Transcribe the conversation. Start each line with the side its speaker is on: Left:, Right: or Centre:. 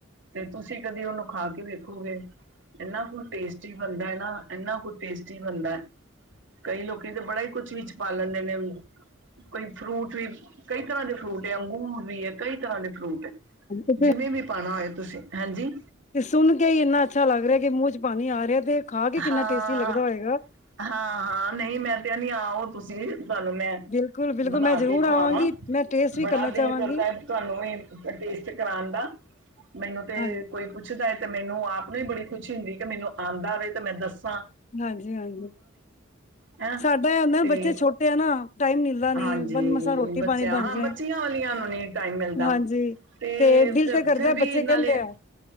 Right: ਤੇ ਤੁਸੀ ਕਦੀ ਉਨੂੰ ਖਾਕੇ ਵੇਖੋਗੇ ਇੰਨਾ ਕੁ ਟੇਸਟੀ ਬਨਦਾ ਏਨਾ ਐਨਾ ਕੁ ਟੇਸਟੀ ਬਨਦੈ ਕਈ ਲੋਕੀ ਤੇ ਬੜਾ ਈ ਕੁਛ ਵਿੱਚ ਪਾ ਲੈਂਦੇ ਨੇ ਉ ਕੋਈ ਫਰੂਟ ਵੀ ਕਈ ਤਰਾ ਦੇ ਫਰੂਟ ਏ ਅੰਗੂਰ ਵੀ ਏ ਕਈ ਤਰਾ ਦੇ ਫਰੂਟ ਏ।
Left: ਤੇ ਫਿਰ
Right: ਜਿਵੇ ਵੀ ਪਾਣਾ ਓਏ ਤੁਸੀ ਹੈਂਜੀ
Left: ਤੇ ਸੁਨ ਕੇ ਈ ਏਨਾ ਅੱਛਾ ਲਾੱਗ ਰੇਐ ਕਿ ਮੂੰ ਚ ਪਾਨੀ ਆ ਰੇਐ ਤੇ ਖਾ ਕੇ ਕਿੰਨਾ
Right: ਹਾਂ,
Left: ਟੇਸਟੀ ਲੱਗਦਾ ਹੋਏਗਾ,
Right: ਹਾਂ ਨਈ ਮੈਂ ਤੇ ਆਨੀ ਆਓ ਤੁਸੀ ਤਾਨੂੰ ਮੈਂ,
Left: ਬਿਲਕੁਲ-ਬਿਲਕੁਲ
Right: ਬਨਾ
Left: ਮੈਂ ਜ਼ਰੂਰ
Right: ਕੇ ਖਵਾਵਾ
Left: ਆਵਾਂਗੀ, ਮੈਂ ਟੇਸਟ ਵੀ
Right: ਬੜਾ
Left: ਕਰਨਾ
Right: ਦਿਲ
Left: ਚਾਹਵਾਂਗੀ,
Right: ਕਰਦੈ ਤੁਆਨੂੰ ਵੀ ਟੇਸਟ ਕਰਾਨ ਦਾ, ਮੈਨੂੰ ਤੇ
Left: ਹਾਂਜੀ।
Right: ਕੋਈ ਪੁੱਛਦਾ ਐ ਤੇ ਮੈਨੂੰ ਆਪ ਨੂੰ ਈ ਬੜੀ ਖੁਸ਼ੀ ਹੁੰਦੀ ਏ ਕਿ ਮੈਨੂੰ ਆਂਦਾ ਵੇ ਤੇ ਮੈਂ ਦੱਸਾ।
Left: ਹਾਂਜੀ-ਹਾਂਜੀ,
Right: ਹੈਂ
Left: ਸਾਡਾ ਐ ਓਦੈ
Right: ਤੇ
Left: ਬੱਚੇ ਛੋਟੇ ਐ ਨਾ ਟਾਈਮ ਮਿਲਦਾ ਨਹੀਂ
Right: ਹਾਂਜੀ
Left: ਬ ਮਸਾਂ ਰੋਟੀ
Right: ਬੱਚੇਆਂ,
Left: ਪਾਣੀ ਬਣ
Right: ਹਾਂ
Left: ਜਾਏ
Right: ਬੱਚਿਆਂ ਵਾਲੀਆਂ ਨੂੰ ਨੀ ਟਾਈਮ ਮਿਲਦਾ।
Left: ਹਾਂਜੀ
Right: ਤੇ
Left: ਦਿਲ
Right: ਫ
Left: ਤੇ ਕਰਦਾ
Right: ਫਿਰ ਵੀ
Left: ਬੱਚੇ
Right: ਨਾਲੇ,
Left: ਕਹਿੰਦੇ ਆ